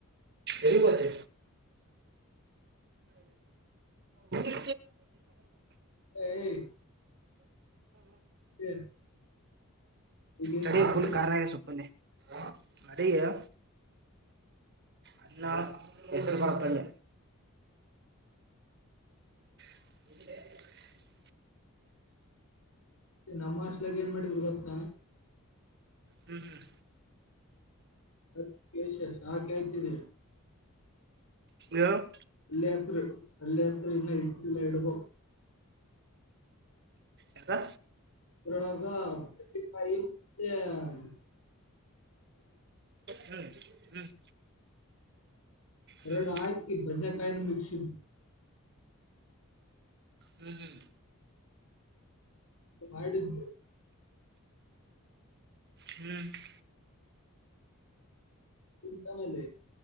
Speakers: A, on the right (about 50°); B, on the left (about 80°).
A: ಎಲ್ಲಿ ಹೋದೆ? <unintelligible> <inaudible>
B: ಏಯ್ ಏ, ಈಗ ಏನ್
A: ಚಳಿ
B: ಮಾಡ್ರಿ
A: ಫುಲ್ ಕಾರ ಸೂಪನಿ <inaudible> ಅದೇಯಾ ಅನ್ನ ಹೆಸರು ಬರ್ತನೆ ಹ <unintelligible>
B: ನಮ್ಮ ಸ್ಲಾಗ್ ಏನ್ ಮಾಡಿದ್ರು ಗೊತ್ತಾ
A: ಹ್ಮ್ ಹ್ಮ್
B: ಅದ ಯಶಸ್ ಹಾ ಕೇತಿದಯ
A: ಯಾವ <inaudible>
B: ಅಲ್ಲರು ಅಲ್ಲಾಸರು ಇನ್ನ ಇಟ್ಟಿಲ್ಲ ಇಡುಬೆಕ್
A: ಯದಾ
B: ಅದ್ರೊಳಗ ಬಟ್ಟೆಕಾಯಿ ಮತ್ತೆರಲ್ಲ
A: ಹ್ಮ್ ಹ್ಮ್ ಹ್ಮ್
B: ರಡ ಆಯ್ಕ್ ಭದನಕಾಯನು ಮ <inaudible> ಶುದ್ಧ
A: ಹ್ಮ್ ಹ್ಮ್
B: ಮಾಡಿದ್ರು
A: ಹ್ಮ್
B: ಚಿಂತಾ ನಲೆ